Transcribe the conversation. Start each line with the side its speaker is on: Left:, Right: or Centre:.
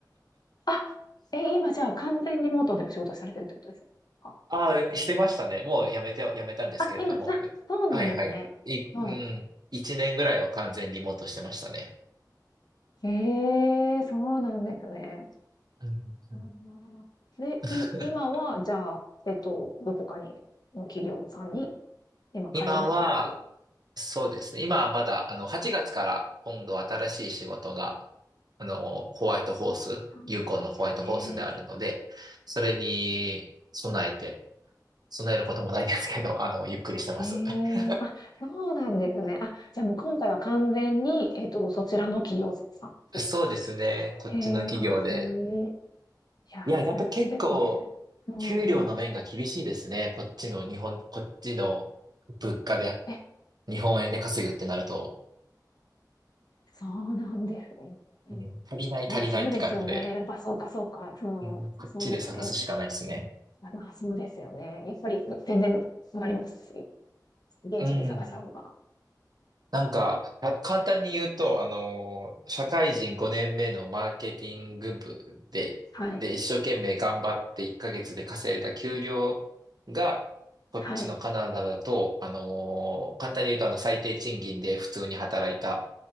Left: あ、え、今じゃあ完全リモートでお仕事されてるってことですか
Right: ああ、してましたね。もう辞めて、辞めたんですけれども。
Left: あ、今、あ、そうなんですね。
Right: はいはい。い、
Left: はい。
Right: うん。一年ぐらいは完全リモートしてましたね。
Left: ええ、そうなんですね。
Right: うんうんうん
Left: うんで、
Right: <laughs>
Left: い、今は、じゃあ、えっと、どこかに、の企業さんに、今、
Right: 今は、
Left: 通いながらっていう。
Right: そうですね。今はまだ、あの、8月から今度新しい仕事があの、ホワイトホース、
Left: そうなんですね。
Right: ユーコンのホワイトホースであるので、それに備えて、備えることもないですけど、あの、ゆっくりしてます。
Left: へえあ、
Right: <laughs>
Left: そうなんですね。あ、じゃあもう今回は完全に、えっと、そちらの企業さんっていう。
Right: そうですね。こっちの企業で。
Left: へえかっこいい。いやー、
Right: いや、やっぱり結構、
Left: 最高ですね。うん。
Right: 給料の面が厳しいですね。こっちの日本、こっちの物価で、
Left: え、
Right: 日本円で稼ぐってなると、
Left: そうなんですね。
Right: うん、
Left: うん。
Right: 足りない足りないって感じで、
Left: まあ、そうですよね。やっぱそうか、そうか。その、
Right: うん、こっちで探すしかないですね。
Left: そうですよね。まあ、そうですよね。やっぱり、全然、わかります。現地で探した方が。
Right: うん。なんか、た簡単に言うと、あのー、社会人5年目のマーケティング部で、
Left: はい。
Right: で、一生懸命頑張って1ヶ月で稼いだ給料が、こっちのカナダだと、
Left: はい。
Right: あのー、簡単に言うと、あの、最低賃金で普通に働いた